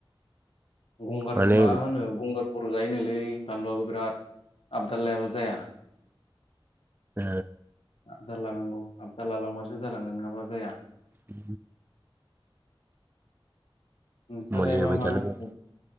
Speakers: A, on the left; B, on the right.
A: गंगार
B: माने
A: मा मा होनो गंगारफोर जायोनोलै बानलुआबो बिराद आबदाल लायाबा जाया
B: ओ
A: आबदाल लानांगौ आबदाल लालांबासो जालांयो नोंङाबा जाया
B: ओ
A: नोंसानालाय
B: मुलि होबाय
A: मा मा
B: थानांगौ
A: अब ओ